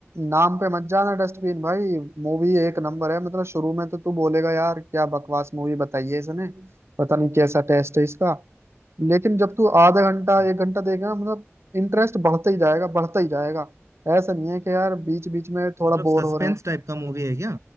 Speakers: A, on the right (about 65°); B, on the right (about 85°).
A: नाम पे मत जाना डस्टबिन भाई मूवी एक नंबर है मतलब शुरू में तो तू बोलेगा यार क्या बकवास मूवी बताई है इसने पता नहीं कैसा टेस्ट है इसका लेकिन जब तू आधा घंटा
B: अच्छा
A: एक घंटा देखेगा मतलब इंटरेस्ट बढ़ता ही जाएगा बढ़ता ही जाएगा ऐसा नहीं है कि यार बीच बीच में थोड़ा
B: मतलब सस्पेंस
A: बोर हो रहे हैं
B: टाइप का मूवी है क्या